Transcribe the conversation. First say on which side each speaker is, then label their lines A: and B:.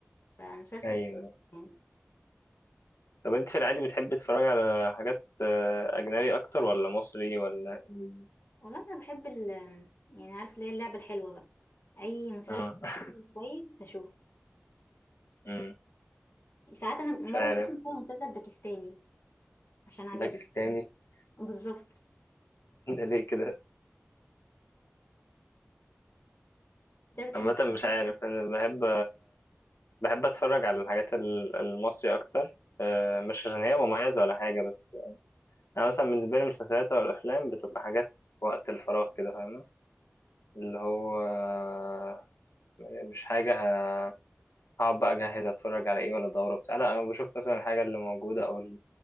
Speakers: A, on the left; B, on the left.
A: فمسلسل
B: ايوه
A: يعني
B: طب انت في العادي بتحب تتفرج على حاجات آه، اجنبي اكتر ولا مصري ولا إنجليزي؟
A: والله أنا بحب ال يعني عارف اللي هي اللعبة الحلوة بقى أي مسلسل
B: اه <laughs>
A: كويس أشوفه
B: مم.
A: ساعات أنا مرة
B: مش عارف
A: شفت مثلا مسلسل باكستاني عشان عجبني
B: باكستاني <laughs>
A: بالظبط
B: ده ليه كده
A: ده بتحب
B: عامة مش عارف أنا بحب بحب أتفرج على الحاجات ال- المصري أكتر آه، مش عشان هي مميزة ولا حاجة بس أنا مثلا بالنسبة لي المسلسلات أو الأفلام بتبقى حاجات وقت الفراغ كده فاهمة اللي هو آه، مش حاجة ه- هقعد بقى أجهز أتفرج على إيه ولا دورة بتاع لا أنا بشوف مثلا الحاجة اللي موجودة أو ال-